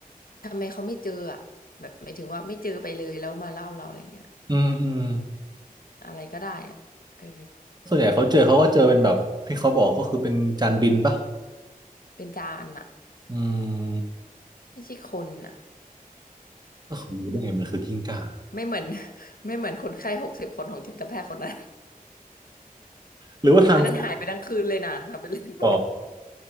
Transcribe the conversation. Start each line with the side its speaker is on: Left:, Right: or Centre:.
Left: ทำไมเขาไม่เจออ่ะแบบหมายถึงว่าไม่เจอไปเลยแล้วมาเล่าเราอะไรเงี้ย
Right: อืมอืม
Left: อะไรก็ได้อ่ะเออ
Right: ส่วนใหญ่เขาเจอเขาก็เจอเป็นแบบที่เขาบอกก็คือเป็นจานบินปะ
Left: เป็นจานอ่ะ
Right: อืม
Left: ไม่ใช่คนอ่ะ
Right: ก็ผมรู้ได้ไงมันคือกิ้งก่า
Left: ไม่เหมือน <laughs> ไม่เหมือนคนไข้หกสิบคนของจิตแพทย์คนนั้น
Right: หรือว่าทางฝั
Left: อันนั้นหายไปทั้งคืนเลยนะทำเป็นเล่นไป
Right: ก่อก